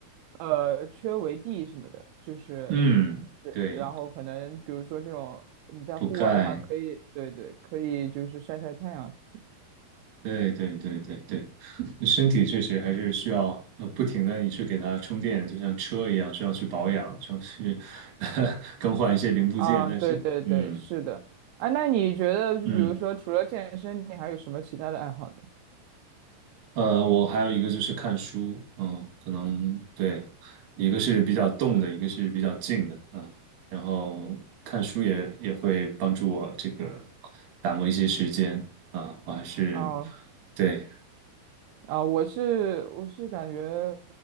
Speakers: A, on the right; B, on the right.
A: 呃，缺围地什么的，就是，
B: 嗯，
A: 对然后可能比如说这种你在户外的话，
B: 对，补钙，
A: 可以，对对，可以就是晒晒太阳什么
B: 对对对对对，身体确实还是需要呃不停的你去给它充电，就像车一样，需要去保养，需要去 <laughs> 更换一些零部件，
A: 的啊，
B: 但是，
A: 对对对，
B: 嗯
A: 是的，啊，那你觉得就比如说除了健身，
B: 嗯。
A: 你还有什么其他的爱好呢？
B: 呃，我还有一个就是看书，嗯，可能对，一个是比较动的，一个是比较静的，嗯，然后看书也也会帮助我这个打磨一些时间啊，我还是
A: 哦、
B: 对，
A: 啊，我是我是感觉